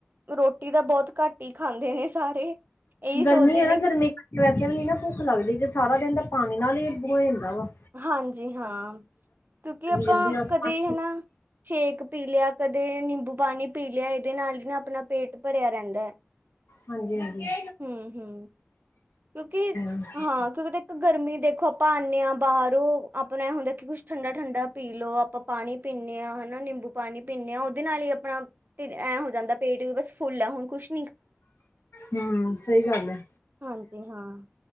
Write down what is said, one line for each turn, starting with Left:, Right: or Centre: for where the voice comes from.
Right: ਰੋਟੀ ਦਾ ਬੋਤ ਘੱਟ ਈ ਖਾਂਦੇ ਨੇ ਸਾਰੇ। ਇਹੀ
Left: ਗਰਮੀ
Right: ਸੋਚਦੇ
Left: ਐ
Right: ਨੇ
Left: ਨਾ, ਗਰਮੀ ਵੈਸੇ ਵੀ ਨ ਨਾ ਭੁੱਖ ਲੱਗਦੀ ਨੀ, ਸਾਰਾ ਦਿਨ ਤਾਂ ਪਾਣੀ ਨਾਲ ਈ <unintelligible> ਵਾ
Right: ਹਾਂਜੀ, ਹਾਂ, ਕਿਉਂਕਿ ਆਪਾਂ
Left: ਲੱਗੀ ਜਾਂਦੀ ਬਸ
Right: ਕਦੇ
Left: ਪਾਣੀ
Right: ਹੈਨਾ ਸ਼ੇਕ ਪੀ ਲਿਆ, ਕਦੇ ਨਿੰਬੂ ਪਾਣੀ ਪੀ ਲਿਆ, ਏਦੇ ਨਾਲ ਈ ਨਾ ਆਪਣਾ ਪੇਟ ਭਰਿਆ ਰੈਂਦਾ।
Left: ਹਾਂਜੀ-ਹਾਂਜੀ
Right: ਹੂੰ, ਹੂੰ, ਕਿਉਂਕਿ
Left: ਹੀ
Right: ਹਾਂ,
Left: ਆ
Right: ਕਿਉਂਕਿ ਦੇ ਗਰਮੀ ਦੇਖੋ ਆਪਾਂ ਆਨੇ ਆ ਬਾਰੋਂ, ਆਪਣਾ ਏ, ਹੁੰਦਾ ਕਿ ਕੁੱਛ ਠੰਡਾ-ਠੰਡਾ ਪੀ ਲਓ, ਅਪ ਆਪਾਂ ਪਾਣੀ ਪੀਂਨੇ ਆ, ਹੈਨਾ ਨਿੰਬੂ ਪਾਣੀ ਪੀਂਨੇ ਆ, ਓ ਅਪਾ ਉਦੇ ਨਾਲ ਹੀ ਆਪਣਾ ਢਿੱਡ ਐਂ ਹੋ ਜਾਂਦਾ ਪੇਟ ਬਸ ਫੁੱਲ ਹੁਣ ਕੁਛ ਵ
Left: ਹੂੰ, ਸਹੀ ਗੱਲ ਐ।
Right: ਹਾਂਜੀ ਹਾਂ!